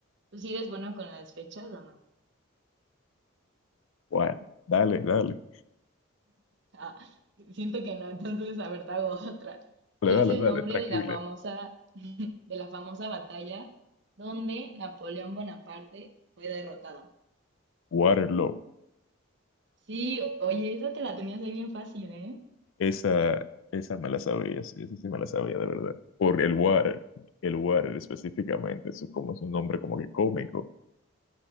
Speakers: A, on the right; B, on the left.
A: ¿Tú sí eres bueno con las fechas o no?
B: Bueno, dale, dale.
A: Ah, siento que no, entonces, a ver, te hago otra.
B: Dale,
A: ¿Cuál es el
B: dale, dale,
A: nombre
B: tranquila.
A: de la famosa, de la famosa batalla donde Napoleón Bonaparte fue derrotado?
B: Waterloo.
A: Sí, oye, esa te la tenías ahí bien fácil, ¿eh?
B: Esa, esa me la sabía, sí, esa sí me la sabía de verdad. Por el water, el water específicamente, eso como es un nombre como que cómico,